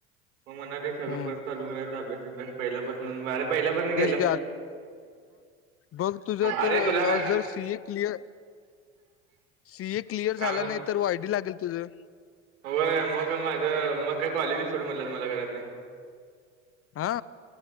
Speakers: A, on the right; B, on the left.
A: मग म्हणाले सगळं
B: हम्म
A: परत चालु करायाचा अभ्यास सिलॅबस पहिल्यापासून आणि पहिल्या पण नाही.
B: <unintelligible> बुक तुझा
A: अरे
B: तर
A: तुला काय
B: जर C A clear C A clear झाल
A: काय म्हणलं?
B: नाही तर वाय डी लागेल तुझ.
A: होय मग मा तर मग काय कॉलेजच सोड म्हणल्यात मला घरातले.
B: हा.